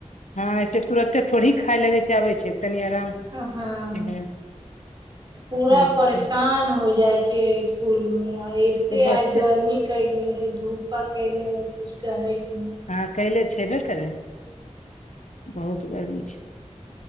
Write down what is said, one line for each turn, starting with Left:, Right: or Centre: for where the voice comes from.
Left: हँ ऐसे तुरते थोड़ी ही खाय लगे छै आबे छै तनी आराम
Right: हँ
Left: हम्म,
Right: पूरा
Left: अच्छा
Right: परेशान हो जाइ छियै स्कूल मे आ कतेक
Left: तऽ बच्चे
Right: आइ गर्मी कयले हइ धूपा कैले हइ कुछ कहैके नहि
Left: हँ कलै छेबे करै बहुत गर्मी छै